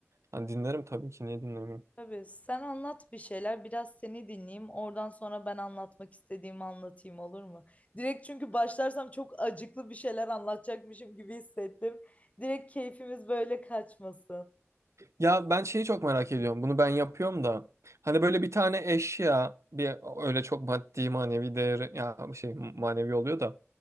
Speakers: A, on the right (about 75°); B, on the left (about 30°).
A: Hani dinlerim tabii ki niye dinlemiyorum?
B: Tabii sen anlat bir şeyler biraz seni dinleyeyim oradan sonra ben anlatmak istediğimi anlatayım olur mu? Direkt çünkü başlarsam çok acıklı bir şeyler anlatacakmışım gibi hissettim. Direkt keyfimiz böyle kaçmasın.
A: Ya ben şeyi çok merak ediyorum. Bunu ben yapıyorum da. Hani böyle bir tane eşya bir öyle çok maddi manevi değeri ya şey manevi oluyor da.